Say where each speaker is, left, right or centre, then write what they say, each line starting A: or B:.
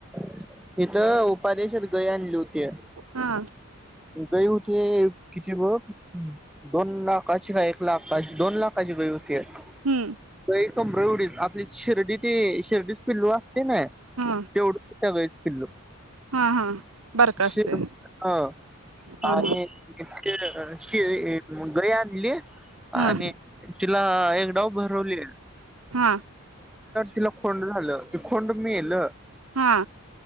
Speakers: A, in the centre; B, on the right.
A: <unintelligible> गय आणली होती या,
B: हा
A: गय होती. किती बघ दोन लाखाची गाय एक लाखत दोन लाखाची गाय
B: हम्म
A: <inaudible> तोमरवडित आपली शिर्डी ती शिर्डीस पिल्लू असते नाय
B: हा
A: तेवढच <unintelligible> पिलु
B: हा हा बारक
A: <unintelligible>
B: असते
A: ह
B: हा
A: आणि हा शि गय आणली
B: हा
A: आणि
B: हा
A: तिला एक डाव भरवलीये.
B: हा
A: तिला खोंड झालं. ते खोंड मेल.
B: हा